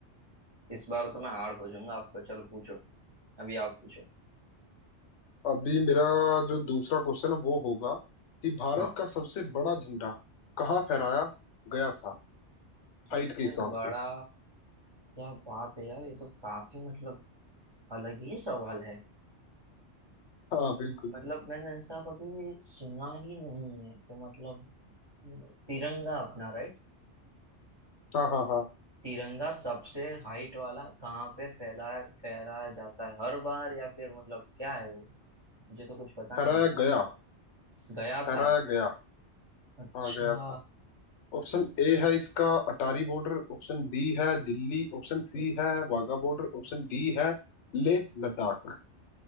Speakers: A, on the right; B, on the left.
A: बार तो मैं हार पूछूंगा आपको चलो पूछो अभी आप पूछो
B: अभी मेरा जो दूसरा क्वेश्चन है वो होगा कि भारत
A: हाँ
B: का सबसे बड़ा झंडा कहाँ फहराया गया था
A: सबसे
B: हाइट के हिसाब
A: बड़ा
B: से
A: क्या बात है यार ये तो काफी मतलब अलग ही सवाल है
B: हाँ बिल्कुल
A: मतलब मैंने ऐसा कभी सुना ही नहीं है कि मतलब तिरंगा अपना राइट
B: हाँ हाँ हाँ
A: तिरंगा सबसे हाइट वाला कहाँ पे फैलाया फहराया जाता है हर बार या फिर मतलब क्या है वो मुझे तो कुछ पता
B: फहराया
A: नहीं
B: गया
A: गया
B: फहराया
A: था
B: गया
A: अच्छा
B: हाँ गया था ऑप्शन ए है इसका अटारी बॉर्डर ऑप्शन बी है दिल्ली ऑप्शन सी है वाघा बॉर्डर ऑप्शन डी है लेह लद्दाख